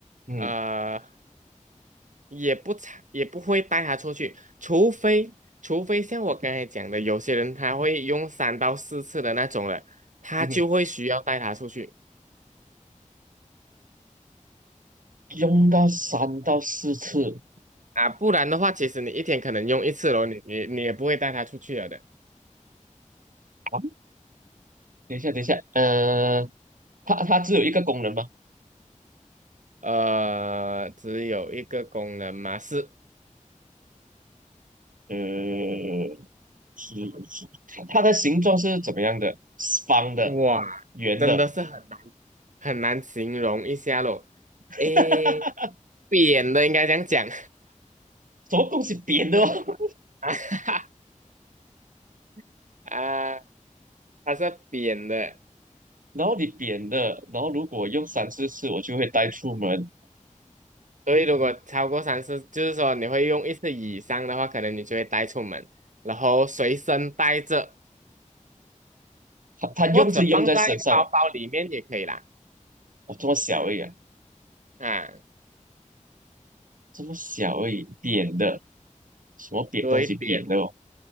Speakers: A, on the right; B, on the right.
A: 嗯
B: 呃，也不常也不会带它出去，除非除非像我刚才讲的，有些人他会用三到四次的那种了，他就会需要带它出去。
A: 嗯哼，用到三到四次
B: 啊，不然的话，其实你一天可能用一次咯，你你你也不会带它出去了的。
A: 啊！等一下，等一下，呃，它它只有一个功能吗？
B: 呃，只有一个功能嘛，是
A: 呃，是是它它的形状是怎么样的？是方的、
B: 哇，
A: 圆的。
B: 真的是很难很难形容一下咯。
A: <laughs>
B: 诶，扁的应该这样讲
A: 什么东西扁的哦？
B: <laughs> 啊哈哈 <laughs> 啊，它是扁的，
A: <laughs> 然后你扁的，然后如果用三四次，我就会带出门。
B: 所以如果超过三次，就是说你会用一次以上的话，可能你就会带出门，然后随身带着，
A: 它它用是用在身上啊，
B: 或者放在包包里面也可以啦。
A: 我、这么小而已啊，
B: 啊，
A: 这么小而已，扁的，什么扁东西扁的哦？
B: 对，扁